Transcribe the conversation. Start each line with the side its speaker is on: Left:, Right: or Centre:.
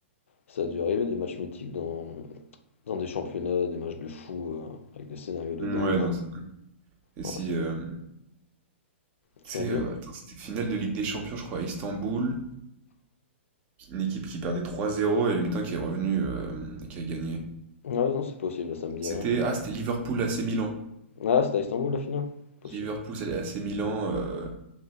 Left: ça a dû arriver, des matchs mythiques dans, dans des championnats, des matchs de fou, euh, avec des scénarios de
Right: Mm,
Left: dingue.
Right: Ouais, non,
Left: hein.
Right: c'est dingue. Et
Left: Non,
Right: si,
Left: c'est-
Right: euh,
Left: tu
Right: tu sais,
Left: m'as dit?
Right: euh, attends, c'était finale de Ligue des Champions, je crois, à Istanbul, une équipe qui perdait 3-0 et le mi-temps qui est revenu euh, et qui a gagné.
Left: Ah non, c'est possible, ça me dit
Right: C'était,
Left: rien, mais...
Right: ah, c'était Liverpool AC Milan.
Left: Ah, c'était à Istanbul, la finale? Possible.
Right: Liverpool AC Milan, euh,